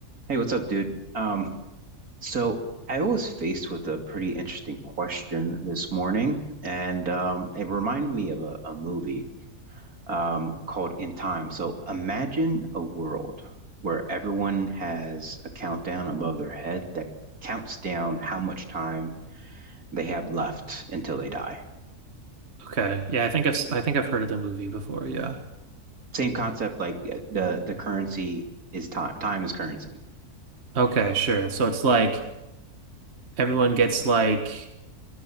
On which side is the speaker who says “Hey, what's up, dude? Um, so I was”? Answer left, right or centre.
Right